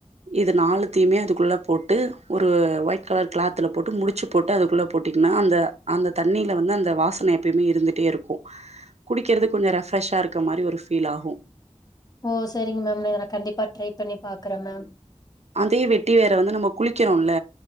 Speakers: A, on the right; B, on the left.
A: இது நாலுத்தையுமே அதுக்குள்ள போட்டு ஒரு ஒயிட் கலர் கிளாத்துல போட்டு முடிச்சு போட்டு அதுக்குள்ள போட்டிங்கன்னா அந்த அந்த தண்ணில வந்து அந்த வாசனை எப்பயுமே இருந்துட்டே இருக்கும் குடிக்கிறது கொஞ்சம் ரெஃப்ரெஷ்ஷா இருக்க மாதிரி ஒரு ஃபீலாகும்
B: ஓ சரிங்க மேம் இத நா கண்டிப்பா ட்ரை பண்ணி பாக்குறே மேம்
A: அதே வெட்டி வேர வந்து நம்ம குளிக்கிறோல்ல